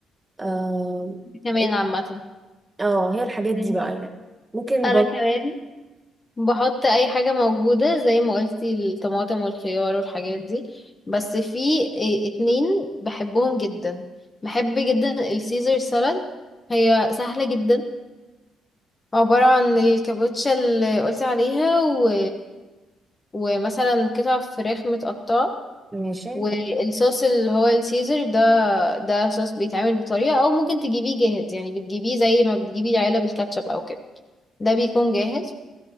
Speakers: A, on the right (about 15°); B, on the left (about 25°).
A: اه
B: كمان
A: إيه،
B: عامة
A: آه، هي الحاجات
B: يعني
A: دي بقى يعني ممكن
B: انا
A: برضو
B: كمان بحط اي حاجة موجودة زي ما قلتي الطماطم والخيار والحاجات دي بس في آه، اتنين بحبهم جدا بحب جدا السيزر سالاد هي سهلة جدا عبارة عن الكابوتشا اللي قلتي عليها و... ومثلا قطع فراخ متقطعة
A: ماشي
B: والصوص اللي هو السيزر ده ده صوص بيتعمل بطريقة او ممكن تجيبيه جاهز يعني بتجيبيه زي ما بتجيبي علب الكاتشب او كده ده بيكون جاهز